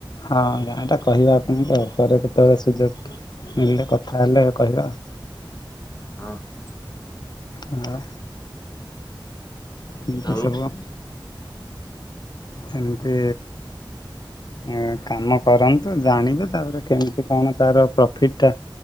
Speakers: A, on the left; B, on the left.
A: ହଁ ଗାଁ ଟା କହିବା ଆପଣଙ୍କୁ ଆଉ ପରେ କେତେବେଳେ ସୁଯୋଗ। ମିଳିଲେ କଥା ହେଲେ କହିବା।
B: ହଁ ହଁ।
A: ଆଉ। ଏମିତି
B: ହଁ
A: ସବୁ। ହେମିତି। ଆଉ କାମ କରନ୍ତୁ ଜାଣିବେ ତାପରେ କେମିତି କଣ ତାର ପ୍ରଫିଟ ଟା।